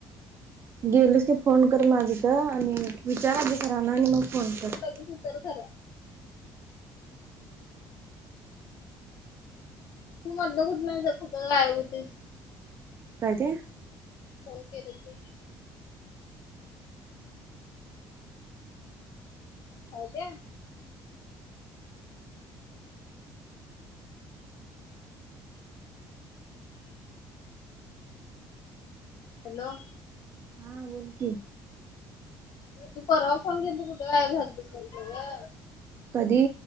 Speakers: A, on the right (about 30°); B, on the left (about 55°).
A: गेलीस की फोन कर माझी का आणि विचाराधी करा ना आणि मग फोन कर.
B: े सु तर खरं. तू मध कुठमचा कुठं गायब होतीस.
A: काय ते.
B: फण केख. कायज्या. हॅलो.
A: हा बोल क.
B: तू परवा फोन घेन तू कुठे काय भगस म्ह.
A: कधी.